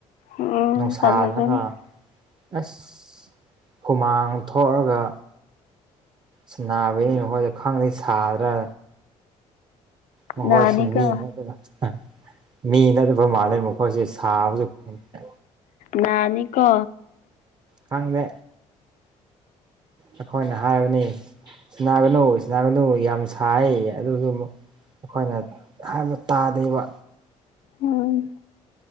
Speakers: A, on the left (about 70°); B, on the right (about 35°).
A: ꯎꯝ
B: ꯅꯨꯡꯁꯥꯗꯒ
A: ꯐꯖꯒꯅꯤ
B: ꯑꯁ ꯍꯨꯃꯥꯡ ꯊꯣꯛꯑꯒ ꯁꯅꯥꯕꯩꯔ ꯑꯩꯈꯣꯏꯗꯤ ꯈꯪꯗꯦ ꯁꯥꯗ꯭ꯔꯥ ꯃꯈꯣꯏꯁꯤ
A: ꯅꯥꯅꯤꯀꯣ
B: ꯃꯤ ꯅ <unintelligible> ꯃꯤ ꯅꯠꯇꯕ ꯃꯥꯂꯦ ꯑꯃꯨꯛ ꯃꯈꯣꯏꯁꯦ ꯁꯥꯕꯁꯨ ꯈꯪꯗꯦ
A: ꯅꯥꯅꯤ ꯀꯣ
B: ꯈꯪꯗꯦ ꯑꯩꯈꯣꯏꯅ ꯍꯥꯏꯕꯅꯤ ꯁꯤꯅꯥꯒꯅꯨ ꯁꯤꯅꯥꯒꯅꯨ ꯌꯥꯝ ꯁꯥꯏ ꯑꯗꯨꯁꯨ ꯑꯈꯣꯏꯅ ꯍꯥꯏꯕ ꯇꯥꯗꯦꯕ
A: ꯎꯝ